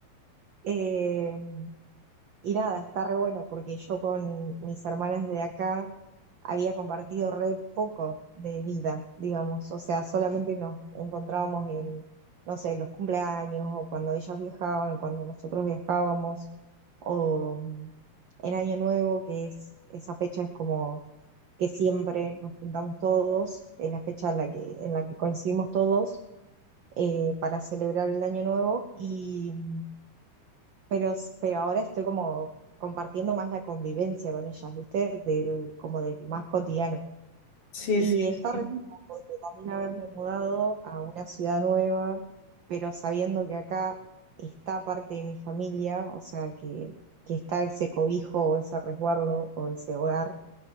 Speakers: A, on the right; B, on the left.
A: Eh, y nada, está re bueno porque yo con mis hermanas de acá había compartido re poco de vida, digamos, o sea, solamente nos encontrábamos en, no sé, los cumpleaños o cuando ellas viajaban, cuando nosotros viajábamos, o mm, en Año Nuevo, que es esa fecha es como que siempre nos juntamos todos, es la fecha en la que, en la que coincidimos todos eh, para celebrar el Año Nuevo, y, mm, pero, pero ahora estoy como compartiendo más la convivencia con ellas, ¿viste? Del, como del más cotidiano.
B: sí,
A: Y
B: sí,
A: está
B: sí,
A: re lindo porque también haberme mudado a una ciudad nueva, pero sabiendo que acá está parte de mi familia, o sea, que, que está ese cobijo o ese resguardo o ese hogar,